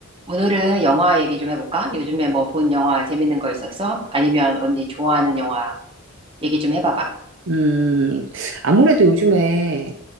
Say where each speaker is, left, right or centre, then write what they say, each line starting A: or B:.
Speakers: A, on the right; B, on the right.
A: 오늘은 영화 얘기 좀 해볼까? 요즘에 뭐 본 영화 재밌는 거 있었어? 아니면 언니 좋아하는 영화 얘기 좀 해봐봐.
B: 음, 아무래도 요즘에